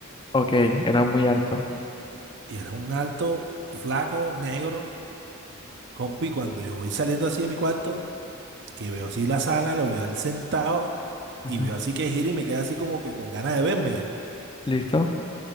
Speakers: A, on the left (about 20°); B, on the right (about 55°).
A: Ok, era muy alto.
B: Y era un alto, flaco, negro, compi. Cuando yo voy saliendo así de mi cuarto, que veo así la sala, lo veo al sentado
A: Ujú,
B: y veo así que gira y me queda así como que con ganas de verme ya.
A: ¿Listo? O